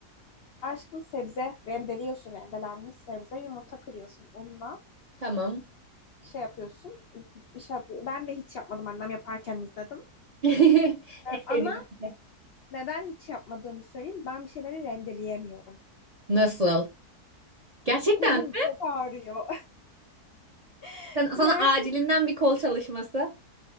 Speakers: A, on the left; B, on the right.
A: Aşkım sebze rendeliyorsun, rendelenmiş sebze. Yumurta kırıyorsun unla.
B: Tamam.
A: Şey yapıyorsun. Bir şey yap- ben de hiç yapmadım. Annem yaparken izledim.
B: <laughs> En
A: Ama
B: sevdiğim aktivite.
A: neden hiç yapmadığımı söyleyeyim. Ben bir şeyleri rendeleyemiyorum.
B: Nasıl? Gerçekten
A: Kolum
B: mi?
A: çok ağrıyor. <laughs>
B: sen, sana
A: Gerçekten.
B: acilinden bir kol çalışması.